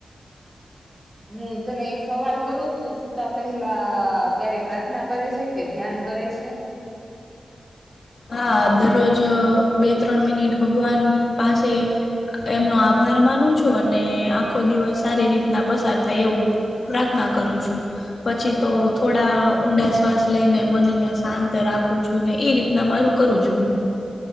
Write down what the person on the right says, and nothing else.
હું તને એક સવાલ કરું તું સુુંતા પહેલા ક્યારે પ્રાર્થના કરે છે? કે ધ્યાન કરે છે?